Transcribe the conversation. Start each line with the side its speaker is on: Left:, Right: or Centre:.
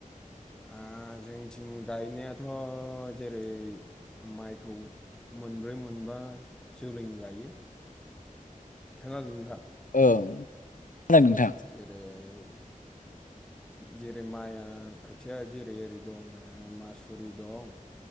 Centre: ओ जोंथिं गायनाया'- अ जेरै- माइखौ मोनब्रै मोनबा जोलै गायो। खोनादों नोंथां
Left: ओं खोनादों
Centre: आ,
Left: नोंथां
Centre: जेरै- जेरै माइआ खोथिया जेरै ओरै दं मासुरि दं,